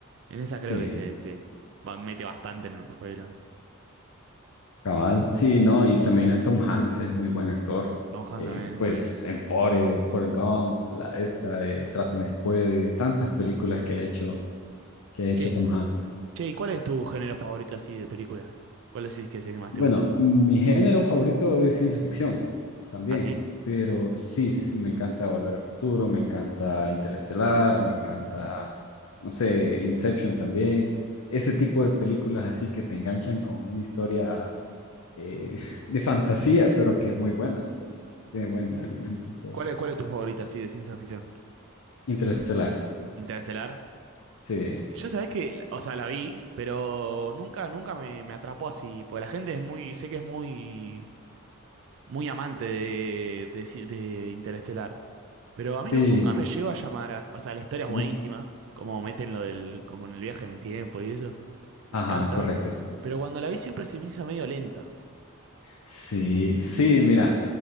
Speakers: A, on the right; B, on the left.
A: en esa creo
B: sí,
A: que se, se va- mete bastante en el papel, ¿no?
B: cabal. Sí, no, y también el Tom Hanks es muy buen actor.
A: Tom Hanks
B: Eh,
A: también es
B: pues
A: buenísimo.
B: en Forrest, Forrest Gump, la esta de Atrápame si puedes, tantas películas que ha hecho, que ha hecho
A: Che,
B: Tom Hanks.
A: che, ¿y cuál es tu género favorito así de películas? ¿Cuál decís que es el que más
B: Bueno,
A: te gusta?
B: mi género favorito es ciencia ficción también,
A: ¿Ah, sí?
B: pero sí, sí, me encanta Volver al Futuro, me encanta Interestelar, me encanta, no sé, Inception también. Ese tipo de películas así que te enganchan con una historia eh, <laughs> de fantasía, pero que es muy buena, pues, tiene buen argumento y todo.
A: ¿Cuál es, cuál es tu favorito así de ciencia ficción?
B: Interestelar,
A: ¿Interestelar?
B: sí,
A: Yo sabés que, la- o sea, la vi, pero nunca, nunca me, me atrapó así, porque la gente es muy, sé que es muy, muy amante de, de, ci- de Interestelar, pero a mí
B: sí,
A: nu- nunca me llegó a llamar, a- o sea, la historia es
B: no,
A: buenísima, como meten lo del, como en el viaje en tiempo y eso, me
B: ajá,
A: encanta,
B: correcto.
A: pero cuando la vi siempre se me hizo medio lenta.
B: Sí, sí, mira,